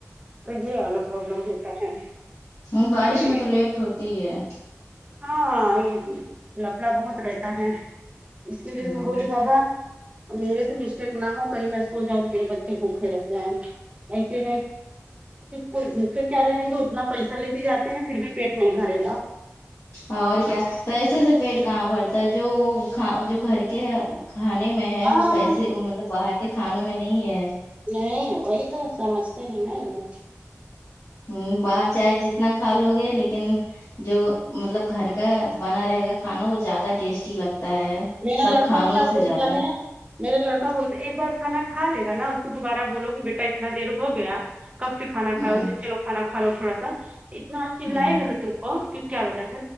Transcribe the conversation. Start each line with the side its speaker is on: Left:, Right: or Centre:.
Right: تو یہ والا پرابلم ہوتا ہے
Left: ہوں بارش
Right: پھر
Left: میں تو لیٹ ہوتی ہی ہے
Right: ہاں یہ لفڑا بہت رہتا ہے اس لی لیے
Left: ہ
Right: میں بولی بابا میرے سے مسٹیک نہ ہو کہیں میں سو جاؤں تو میرے بچے بھوکھے رہ جائیں ایسے ہے کوئی بھوکے کیا رہیں گے اتنا پیسہ لے کے جاتے ہیں پھر بھی پیٹ نہیں بھرے گا
Left: اور کیا پیسے سے پیٹ کہاں بھرتا ہے جو جو گھر کے کھانے میں ہے
Right: ہاں
Left: وہ پیسے مطلب باہر کے کھانوں میں نہیں ہے
Right: نہیں وہی تو سمجھتے نہیں نا لوگ
Left: ہ باہر چاہے جتنا کھا لو گے لیکن جو مطلب گھر کا بنا رہے گا کھانا وہ زیادہ ٹیسٹی لگتا ہے
Right: میرا
Left: سب
Right: لڑکا
Left: کھانوں
Right: کیا
Left: سے
Right: بولتا
Left: زیادہ
Right: ہے میرا لڑکا بولتا ایک بار کھانا کھا لےگا نا اس کو دوبارہ بولو کہ بیٹا اتنا دیر ہو گیا کب سے کھانا
Left: ہ
Right: کھاؤ چلو کھانا کھالو تھوڑا سا اتنا چلائے
Left: ہ
Right: گا نا تم کو کہ کیا بتائیں